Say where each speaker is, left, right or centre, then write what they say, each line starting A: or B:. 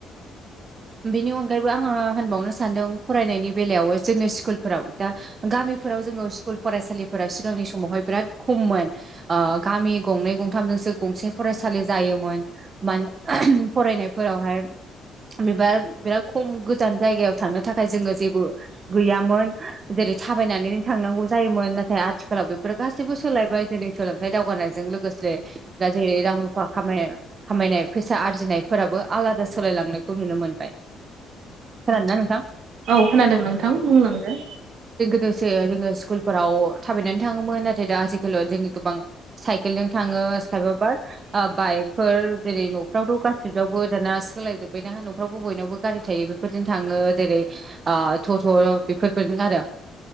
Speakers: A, on the right (about 40°); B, on the right (about 70°).
A: बेनि अनगायैबो आङो होनबावनो सानदों फरायनायनि बेलायाव जोङो स्कुलफोराव दा गामिफोराव जोङो स्कुल फरायसालिफोरााव सिगांनि समावहाय बिराद खममोन ओ गामि गंनै गथामजोंसो गंसे फरायसालि जायोमोन मान फरायनायफोरावहाय बेबा बिराद खम गोजान जायगायाव थांनो थाखाय थाखाय जोङो जेबो गैयामोन जेरै थाबायनानैनो थांनांगौ जायोमोन नाथाय आथिखालाव बेफोर गासैबो सोलायबाय जेरै सोलोंथाइ दावगानायजों लोगोसे दा जेरै रां रुफा खाम खामायनाय फैसा आरजिनायफोराबो आलादा सोलायलांनायखौ नुनो मोनबाय खोनादोना नोंथां
B: औ खोनादों नोंथां बुंलांदो
A: लोगोसे जोङो स्कुलफोराव थाबायनानै थाङोमोन नाथाय दा आजिखालाव जोङो गोबां साइकेलजों थाङो ओ खायफा बाइकफोर जेरै न'फ्रावथ' गासिआवबो दाना सोलाय जोब्बायना ना आवबो बयनावबो गारि थायो बेफोरजों थाङो जेरै आ थ थ' बेफोरबादिनो आरो